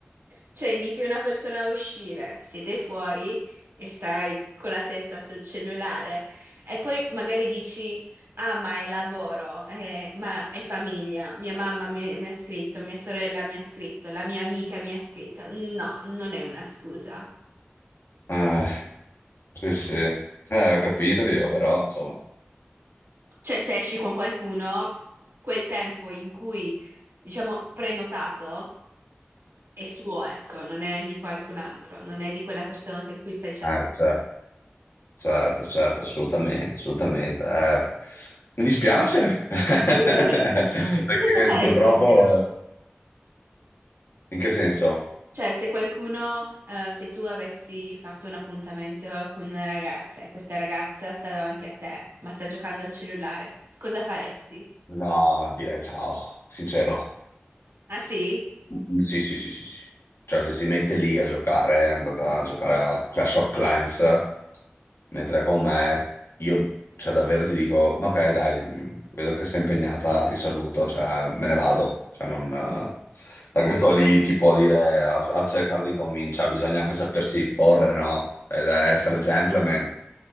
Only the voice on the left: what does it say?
Eh, sì, sì. Eh, ho capito io, però, insomma.
Eh, cioè, certo, certo, assolutamente, assolutamente. Eh, mi dispiace, <laughs> perché
purtroppo,
in che senso?
No, direi ciao, sincero.
Mm, Sì, sì, sì, sì, sì. Cioè, se si mette lì a giocare, è andata a giocare a Clash of Clans, mentre con me, io, cioè, davvero ti dico, ok, dai, mm, vedo che sei impegnata, ti saluto, cioè, me ne vado. Cioè, non... eh, Perché sto lì, tipo, a dire, a, a cercare di convincere, cioè, bisogna anche sapersi porre, no? Ed essere gentleman,